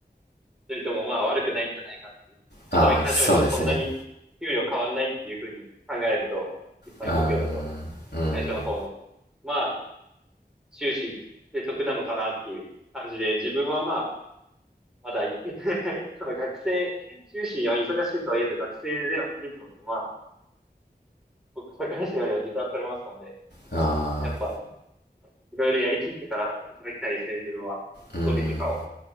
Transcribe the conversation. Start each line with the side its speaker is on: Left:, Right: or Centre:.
Centre: といてもまあ悪くないんじゃないかっていう。働き始めてもそんなに給料変わんないっていうふうに考えると、
Left: ああ、そうですね。
Centre: 一般企業だと。
Left: うーん、うん、
Centre: 最初の方の。まあ、終始で得なのかなっていう感じで、自分はまあ、まだ、<laughs> その学生、修士は忙しいとはいえど学生では、ですので、まあ、僕、堺市よりは時間取れますので、
Left: ああ、
Centre: やっぱ、いろいろやりきってから働きたいですね、自分は。
Left: うん、
Centre: 遊びとかを。